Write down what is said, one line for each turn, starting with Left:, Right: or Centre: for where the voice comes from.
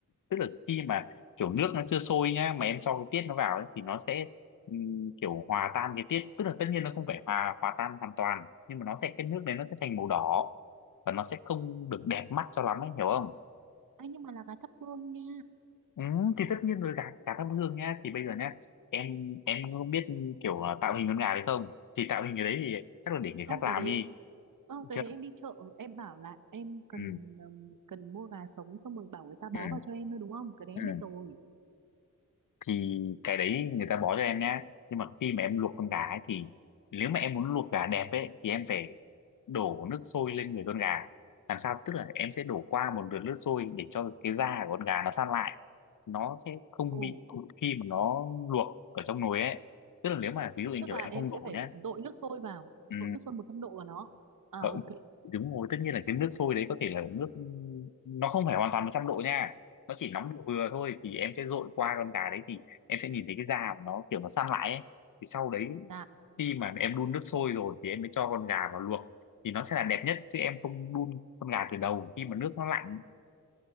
Left: tức là khi mà kiểu nước nó chưa sôi nhá mà em cho cái tiết nó vào ấy thì nó sẽ ừm, kiểu hòa tan cái tiết tức là tất nhiên nó không phải hòa hòa tan hoàn toàn nhưng mà nó sẽ cái nước đấy nó sẽ thành màu đỏ và nó sẽ không được đẹp mắt cho lắm ấy hiểu không
Right: anh nhưng mà là gà thắp hương nha
Left: Ừ, thì tất nhiên rồi gà gà thắp hương nhá thì bây giờ nhá em em không biết kiểu à, tạo hình con gà hay không thì tạo hình cái đấy thì chắc là để người
Right: không
Left: khác
Right: cái
Left: làm
Right: đấy
Left: đi
Right: không
Left: được
Right: cái
Left: chưa
Right: đấy em đi chợ em bảo là em cần
Left: ừ,
Right: ừm, cần mua gà sống xong rồi bảo người ta
Left: ừ,
Right: bó vào cho em thôi đúng không cái đấy
Left: ừ.
Right: em biết rồi
Left: thì cái đấy người ta bó cho em nhá nhưng mà khi mà em luộc con gà ấy thì nếu mà em muốn luộc gà đẹp ấy thì em phải đổ nước sôi lên người con gà làm sao tức là em sẽ đổ qua một lượt nước sôi để cho cái da của con gà nó săn lại nó sẽ không
Right: ồ
Left: bị cụt khi mà nó luộc ở trong nồi ấy tức là nếu mà ví dụ
Right: tức
Left: như
Right: tức
Left: kiểu
Right: là
Left: em
Right: em
Left: không
Right: sẽ
Left: đổ
Right: phải
Left: nhá
Right: dội nước sôi vào
Left: Ừ,
Right: dội nước sôi 100 độ vào nó à
Left: cỡ-
Right: ok
Left: đúng rồi tất nhiên là cái nước sôi đấy có thể là nước nó không phải hoàn toàn 100 độ nha nó chỉ nóng vừa vừa thôi thì em sẽ dội qua con gà đấy thì em sẽ nhìn thấy cái da của nó kiểu nó săn lại ấy thì sau đấy
Right: dạ
Left: khi mà em đun nước sôi rồi thì em mới cho con gà vào luộc thì nó sẽ là đẹp nhất chứ em không đun con gà từ đầu khi mà nước nó lạnh